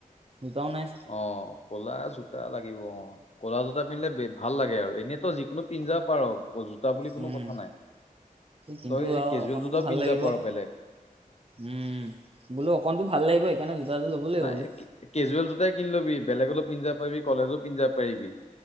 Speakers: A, on the right; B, on the left.
A: দুটাও নাই
B: অঁ কলা জোতা লাগিব অঁ। ক'লা জোতা পিন্ধেলে ভাল লাগে আৰু। এনেই- তই যিকোনো পিন্ধি জাব পাৰ জোতা বুলি কোনো
A: উম
B: কথা নাই।
A: কিন্তু
B: তই এই
A: আৰু
B: কেজুৱেল
A: অকণতো
B: জোতাও
A: ভাল
B: পিন্ধি
A: লাগিব
B: জাব পাৰ বেলেগ।
A: উম বোলো অকণতো <unintelligible> লাগিব
B: নাই'
A: বোলো
B: কেজুৱেল জোতাই কিনি লবি। বেলেক গলো পিন্ধি জাব পাৰিবি কলেজো পিন্ধি জাব পাৰিবি।